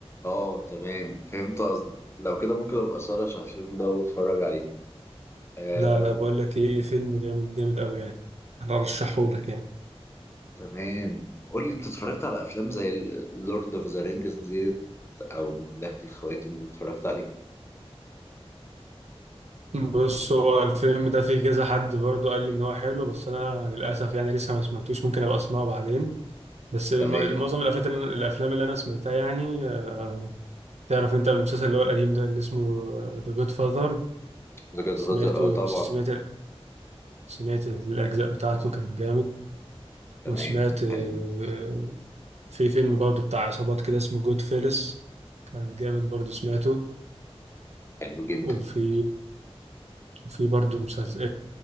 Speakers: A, on the left; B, on the right.
A: اه تمام فهمت قصدك لو كده ممكن ابقى سهرش على الفيلم ده واتفرج عليه آه
B: لا لا بقول لك إيه فيلم جامد جامد أوي يعني أنا أرشحه لك يعني
A: تمام قول لي انت اتفرجت على افلام زي لورد اوف ذا رينجز ديت او مملكة الخواتم اللي اتفرجت عليه
B: بص هو الفيلم ده فيه كذا حد برضو قال لي إن هو حلو بس أنا للأسف يعني لسه ما سمعتوش ممكن أبقى أسمعه بعدين بس م-
A: تمام
B: معظم الافلام اللي الافلام اللي انا سمعتها يعني آه، تعرف انت المسلسل اللي هو القديم ده اللي اسمه ذا جود فاذر
A: ذا جاد
B: سمعته
A: فازر اه طبعا
B: سمعت سمعت الاجزاء بتاعته كان جامد
A: تمام
B: وسمعت آه،
A: حلو
B: في فيلم برضه بتاع عصابات كده اسمه جود فيلس كان جامد برضه سمعته
A: حلو جدا
B: وفي في برضه مسلسل